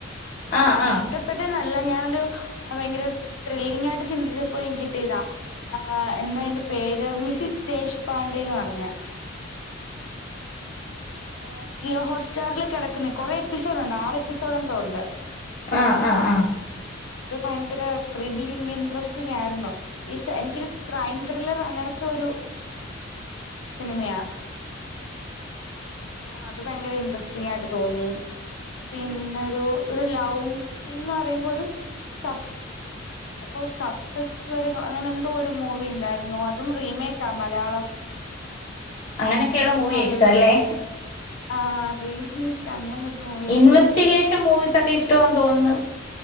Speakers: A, on the left (about 90°); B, on the left (about 40°).
A: അത്
B: ആഹ് ആഹ്
A: ഇഷ്ട പെട്ട നല്ല ഞാനൊരു ഭയങ്കര ത്രില്ലിംഗ ആയിട്ട് ചിന്തിച്ചപ്പോ കിട്ടിയതാ ആ എന്താ എറെ പേര് മിസിസ് ദേശ്പാണ്ഡേന്ന് പറഞ്ഞ ആ ജിയോ ഹോട്ട് സ്റ്റാറില് കിടക്കുന്ന കൊറെ എപ്പിസോഡ ഉണ്ട് ആറ് എപ്പിസോഡ് എന്തോ ഉണ്ട്
B: ആഹ ആഹ ആഹ
A: അത് ഭയങ്കര ത്രില്ലിങ് ഇൻട്രസ്റ്റിങ് ആയിരുന്നു ഈ എനിക്കൊരു ക്രൈം ത്രില്ലർ അങ്ങനത്തെ ഒരു സിനിമയാ അപ്പോൊ അത് ഭയങ്കര ഇൻട്രസ്റ്റിങ് ആയിട്ട് തോന്നി പിന്നരു ഒരു ലൗവ് ഫിലിമം ഫം എന്നറയുമ്പോ ഒരു സബ ഓ സപ്തസ്വരങ്ങൾ അങ്ങനെ എന്തോ ഒരു മൂവി ഉണ്ടായിരുന്നോ അതും റീമേക്ക് ആ മലയാളം <inaudible>
B: അങ്ങനൊക്കെയുള്ള
A: അത്
B: മൂവിയ
A: നല്ലൊരു
B: ഇഷ്ട അല്ലെ
A: ആ റീിമിക്ക്കഅങ്ങനെൊ ഒരു മൂവി ഉണ്ട്
B: ഇൻവെന്റികേഷൻ മൂവീസ് ഒക്കെ ഇഷ്ടെന്ന് തോന്നുന്നു